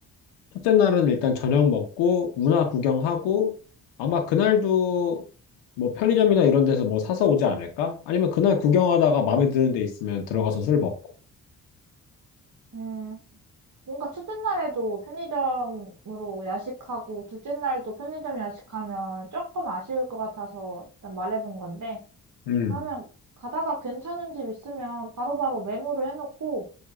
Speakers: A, on the left; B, on the right.
A: 첫째 날은 일단 저녁 먹고, 운하 구경하고, 아마 그날도 뭐 편의점이나 이런 데서 뭐 사서 오지 않을까? 아니면 그날 구경하다가 마음에 드는 데 있으면 들어가서 술 먹고.
B: 음, 뭔가 첫째 날에도 편의점으로 야식하고 둘째 날도 편의점 야식하면 조금 아쉬울 것 같아서 일단 말해본 건데,
A: 음.
B: 그러면 가다가 괜찮은 집 있으면 바로바로 메모를 해놓고